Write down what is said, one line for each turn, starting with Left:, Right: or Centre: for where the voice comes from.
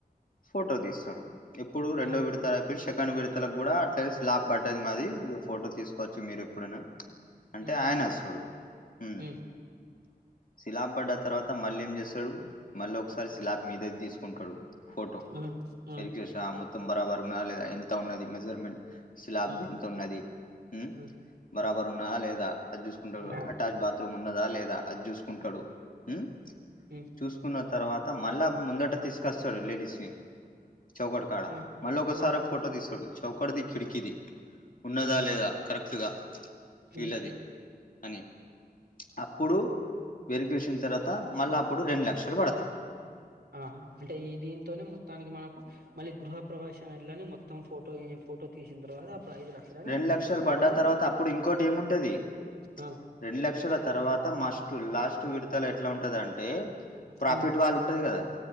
Left: ఫోటో దీస్సడు ఇప్పుడు రెండో
Right: ఆ
Left: విడుత అయిపేయ్ శెకన్ విడు త్తలగ్గూడా అట్లే స్లాబ్ బడ్డది మాది ఇదొ ఫోటో తీసుకోవచ్చు మీరు ఎప్పుడన్నా అంటే
Right: హ్మ్
Left: ఆయనే వస్సడు మ్మ్
Right: హ్మ్
Left: సిలాబ్ బడ్డ తర్వాత మళ్ళీ ఏం జేస్సడు మళ్ళీ ఒకసారి సిలాబ్ మీదకి దీసుకుంటడు. ఫోటో
Right: ఆ ఆ
Left: వెరికేష మొత్తం బరాబరు ఉన్నాద లేదా ఎంత ఉన్నది మెజెర్మెంట్ స్లాబ్ది
Right: ఆ ఆ
Left: ఇంతున్నది మ్మ్
Right: ఆ
Left: బరాబరు ఉన్నాద లేదా అది జూసుకుంటడు.
Right: హ్మ్
Left: అటాచ్ బాత్రూమ్ ఉన్నదా లేదా అద్ జూసుకుంటాడు హ్మ్
Right: హ్మ్
Left: చూసుకున్న తర్వాత మళ్ళా ముందట తీసుకొస్ తడు లేడీస్ నీ చౌకట్ కాడా
Right: ఆ
Left: మళ్లోక సారి
Right: ఆ
Left: ఫోటో తీస్సడచ్ చౌకట్ ది ఖిడికి ది ఉన్నదా
Right: ఆహా
Left: లేదా కరెక్ట్ గా
Right: హ్మ్
Left: వీల్లది అని అప్పుడు వెరిఫికేషన్ తరా తత మళ్ళా అప్పుడు రెండు లక్షలు పడతాయి
Right: ఆహా అంటే ఈ దీంతోనే మొత్తానికి మనకు మళ్ళీ గృహ ప్రవేశాని మొత్తం ఫోటో ఫోటో తీసిన తర్వాత అప్పుడు ఐదు లక్షలనే
Left: రెండు
Right: వచ్చేస్తాయా
Left: లక్షలు పడ్డ
Right: అండి
Left: తర్వాత అప్పుడు ఇంకోటి ఏముంటది
Right: ఆ
Left: రెండు లక్షల తర్వాత మస్ట్ లాస్ట్ విడతల ఎట్లా ఉంట ఉంటదంటే ప్రాఫిట్
Right: హ్మ్
Left: వాళ్ళు ఉంటది కదా